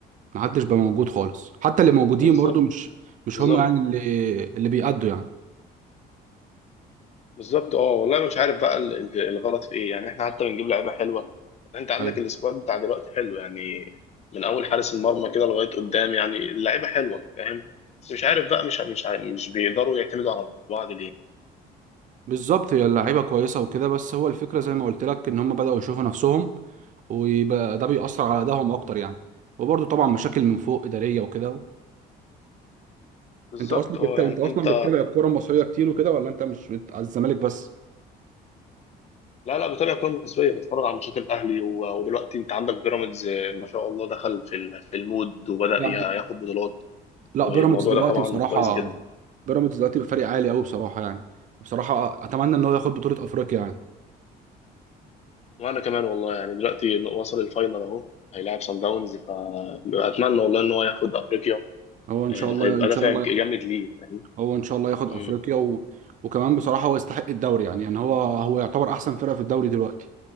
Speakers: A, on the right; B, on the left.
A: ما حدش بقى موجود خالص حتى اللي موجودين
B: بالظبط
A: برضه مش مش
B: بالظبط
A: هم يعني اللي اللي بيأدوا يعني
B: بالظبط اه والله أنا مش عارف بقى ال- ال- الغلط في ايه يعني احنا حتى بنجيب لعيبه حلوه انت عندك
A: ايوه
B: السكواد بتاع دلوقتي حلو يعني من اول حارس المرمى كده لغايه قدام يعني اللعيبه حلوه فاهم بس مش عارف بقى مش مش عارف مش بيقدروا يعتمدوا على بعض ليه
A: بالظبط هي اللعيبه كويسه وكده بس هو الفكره زي ما قلت لك ان هم بداوا يشوفوا نفسهم ويبقى ده بيأثر على ادائهم اكتر يعني وبرده طبعا مشاكل من فوق اداريه وكده
B: بالظبط
A: انت اصلا
B: اه
A: بت... انت
B: يعني
A: اصلا
B: انت
A: بتتابع الكوره المصريه كتير وكده ولا انت مش بت... على الزمالك بس
B: لا لا بتابع كوره مصريه بتتفرج على ماتشات الاهلي و... ودلوقتي انت عندك بيراميدز آه، ما شاء الله دخل في ال- في المود وبدا
A: لا
B: يا-
A: ب...
B: ياخد بطولات
A: لا
B: والموضوع
A: بيراميدز دلوقتي
B: ده طبعا
A: بصراحه
B: كويس جدا
A: بيراميدز دلوقتي بفريق عالي قوي بصراحه يعني بصراحه اتمنى ان هو ياخد بطوله افريقيا يعني
B: وانا كمان والله يعني دلوقتي وصل الفاينل اهو هيلاعب سان داونز فاتمنى والله ان هو ياخد افريقيا
A: هو ان
B: آه،
A: شاء الله
B: هيبقى
A: ان
B: دافع
A: شاء الله
B: جامد
A: ياخد...
B: ليه فاهم
A: هو ان شاء الله ياخد
B: مم.
A: افريقيا و... وكمان بصراحه هو يستحق الدوري يعني يعني هو هو يعتبر احسن فرقه في الدوري دلوقتي